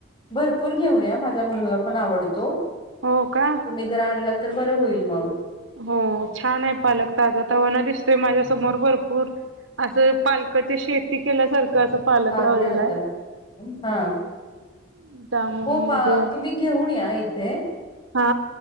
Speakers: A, on the left; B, on the right.
A: भरपूर घेऊनया माझ्या मुलाला पण आवडतो
B: हो का
A: तुम्ही.. जर आणलं तर बर होईल मग.
B: हो छान आहे पालक ताजा तवाना दिसतोय माझ्या समोर भरपूर.. असं पालकाची शेती केल्यासारखं असं. पालक
A: लागल्या
B: लावलेला
A: हाताला हा.
B: आहे त्यामुळे
A: हो पा
B: मग
A: तुम्ही घेऊन या इथे.
B: हा